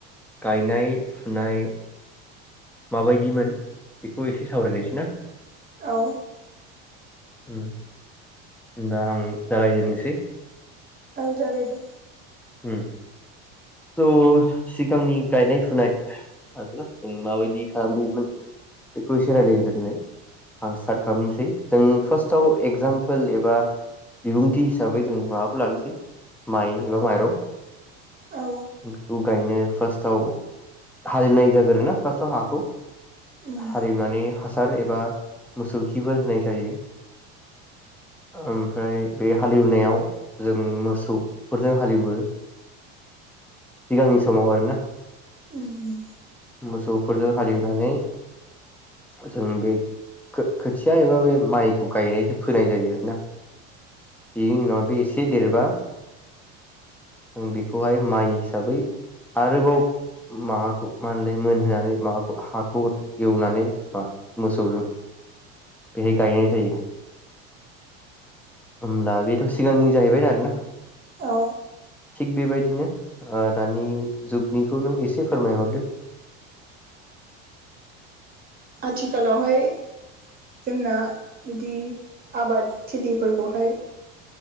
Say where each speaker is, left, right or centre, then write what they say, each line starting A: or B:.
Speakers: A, in the centre; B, on the right.
A: गायनाय फुनाय माबायदिमोन बेखौ एसे सावरायनोसै ना?
B: औ।
A: उम होनबा आं जागायजेननोसै।
B: औ जागायदो।
A: होम स सिगांनि गायनाय फुनाय आरो जों माबायदि खालामबोयोमोन बेखौ एसे रायलायग्रोनो आं स्टार्ट खालामनोसै जों फार्स्टाव एगजामपोल एबा बिबुंथि हिसाबै जों माबाखौ लानोसै माइ एबा माइरं।
B: औ
A: बेखौ गायनो फार्स्टआव हालेवनाय जाग्रोयोना फार्स्टआव हाखौ
B: उम
A: हालेवनानै हासार एबा मोसौ खिफोर होनाय जायो ओमफ्राय बे हालेवनायाव जों मोसौफोरजों हालेवो। सिगांनि समाव आरोना
B: उम
A: मोसौफोरजों हालेवनानै जों बे खो खोथिया एबा बे माइखौ गायनाय फोनाय जायो आरो ना बेनि उनाव बे एसे देरबा जों बे बेखौहाय माइ हिसाबै आरोबाव माबाखौ मा होनोमोनलाय मोनहोनानै माबाखौ हाखौ एवनानै मा मोसौजों बेहाय गायनाय जायो होमब्ला बेथ' सिगांनि जाहैबाय आरोना।
B: औ।
A: थिग बेबाय दिनो ओ दानि जुगनिखौ नों एसे फोरमायहरदो।
B: आथिखालावहाय जोंना बिदि आबादथिलिफोरखौहाय